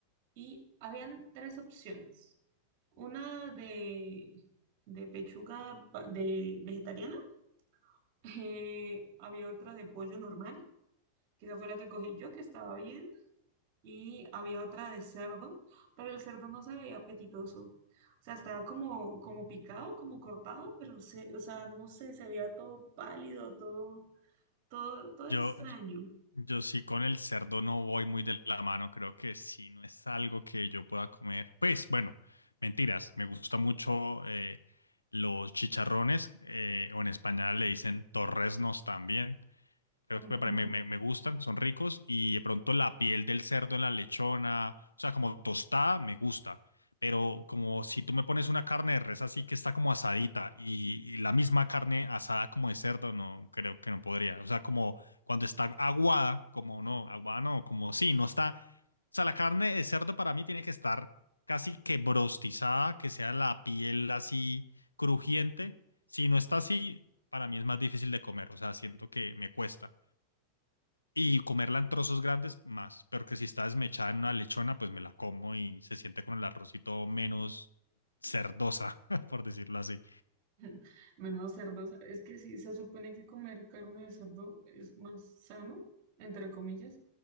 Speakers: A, on the right; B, on the left.
A: y habían tres opciones. Una de, de pechuga pa- de vegetariana, <laughs> eh, había otra de pollo normal, que esa fue la que cogí yo, que estaba bien, y había otra de cerdo, pero el cerdo no se veía apetitoso. O sea, estaba como, como picado, como cortado, pero se, o sea, no sé, se veía todo pálido, todo, todo, todo
B: Yo,
A: extraño.
B: yo sí con el cerdo no voy muy de la mano, creo que sí, no es algo que yo pueda comer. Pues bueno, mentiras, me gusta mucho eh, los chicharrones, eh, o en España le dicen torresnos también. creo
A: Ujú.
B: que me, pare- me, me- me gustan, son ricos y de pronto la piel del cerdo en la lechona, o sea, como tostada, me gusta. Pero como si tú me pones una carne de res así que está como asadita y, y la misma carne asada como de cerdo, no, creo que no podría. O sea, como cuando está aguada, como no, aguada no, como sí, no está. O sea, la carne de cerdo para mí tiene que estar casi que brostizada, que sea la piel así crujiente. Si no está así, para mí es más difícil de comer. O sea, siento que me cuesta. Y comerla en trozos grandes, más. Pero que si está desmechada en una lechona, pues me la como y se siente con el arrocito menos cerdosa, <laughs> por decirlo así.
A: <laughs> Menos cerdos. Es que sí, se supone que comer carne de cerdo es más sano, entre comillas,